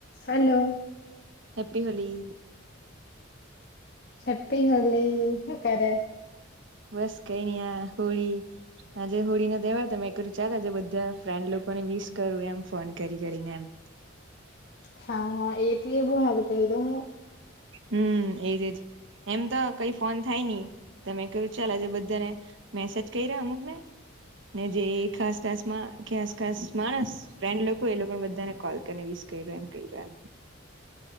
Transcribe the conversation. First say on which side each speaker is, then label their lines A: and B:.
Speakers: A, on the left; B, on the right.
A: Hello
B: happy Holi
A: happy Holi અકારે
B: બસ Kenya Holi આજે હોળીનો તહેવાર તો મે કરું ચાલ આજે બધા ફ્રેન્ડ લોકોને વિસ કરું એમ ફોન કરી કરીને એમ <inaudible> <inaudible>
A: હા હા એ તો એ બું હ ક તો હું
B: હમ એજજ એમ તો કઈ ફોન થાય નની તમે ક્યું ચાલ આજે બધાને મેસેજ કરી રહ્યા અમુક ને ને જે ખાસ ખાસ માં ખાસ ખાસ માણસ ફ્રેન્ડ લોકો એ લોકો બધાને કોલ કરી વિશ કેઇરા કેઇરા